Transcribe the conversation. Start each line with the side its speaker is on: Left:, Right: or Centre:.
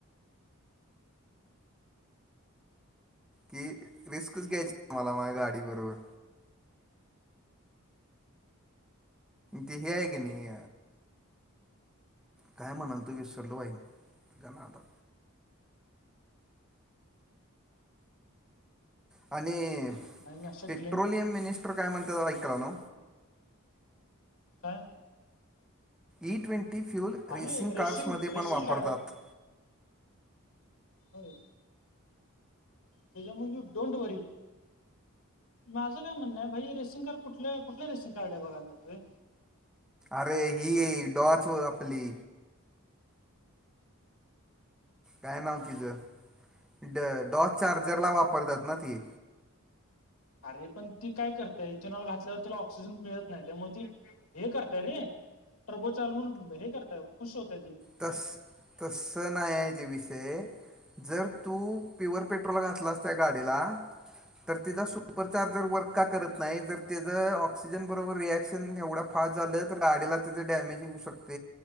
Centre: कि रिस्कच घ्यायची आ मला माझ्या गाडी बरोबर ते हे आहे की नाही काय म्हणाल तू विसरल बाहीन तुझ्या ना आता आणि आणि
Left: म मी असा
Centre: पेट्रोलियम
Left: ग्लेम
Centre: मिनिस्टर काय म्हणत ऐकला ना
Left: हा
Centre: ई ट्वेंटी फ्युल रेसिंग
Left: अरे
Centre: कार्समध्ये
Left: रेसिंग
Centre: पण वापरतात
Left: गाड होय. त्याच्यामुळे यू डोंट वरी माझं काय म्हणणं आहे भाई रेसिंग कार्ड कुठल्या कुठल्या रेसिंग कार्ड आहे बघायला जातु
Centre: अरे ही डॉच आपली काय नव्ह तिचं ड डॉच चार्जर ला वापरतात ना ती
Left: अरे पण ती काय करते इथेनॉल घातल्यावर तिला ऑक्सिजन मिळत नाही त्यामुळे ती हे करताय रे प्रभोचल म्हण हे करतय खुश होतय
Centre: तस तस नयाचे विषय जर तू प्युअर पेट्रोल घातलास त्या गाडीला तर तिचा सुपरचार्जर वर्क का करत नाही तर त्याच ऑक्सिजन बरोबर रिएक्शन एवढा फ झा गाडी डैमेज होऊ शक